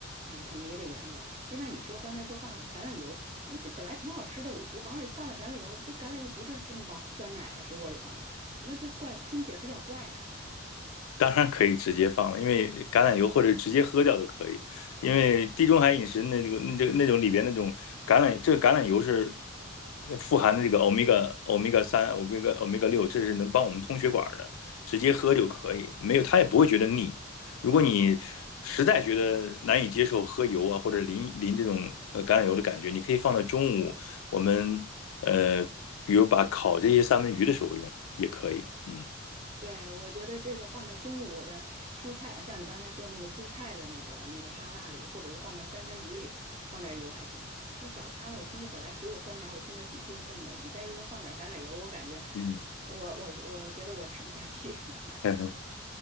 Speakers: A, on the right (about 30°); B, on the left (about 85°).
A: 嗯、可能也得原味儿。另外你说刚才说放橄榄油，那这本来挺好吃的，我我往里放的橄榄油，这橄榄油不是这么往酸奶水果里放的吧？那这怪听起来比较怪啊。
B: 当然可以直接放了，因为橄榄油或者直接喝掉都可以。因为地中海饮食那那个那这个那种里边那种橄榄，这个橄榄油是那富含的这个欧米伽欧米伽三、欧米伽欧米伽六，这是能帮我们通血管的，直接喝就可以，没有它也不会觉得腻。如果你实在觉得难以接受喝油啊或者淋淋这种呃橄榄油的感觉，你可以放到中午我们呃比如把烤这些三文鱼的时候用也可以，嗯
A: 对，我觉得这个放到中午的蔬菜，像你刚才说那个蔬菜的那个那个沙拉里，或者是放到三文鱼里，放点油还行。这早餐我听着本来水果酸奶，我听着挺兴奋的，你再一说放点橄榄油，我感觉
B: 嗯。
A: 我我我觉得我吃不下去。<laughs>
B: <laughs>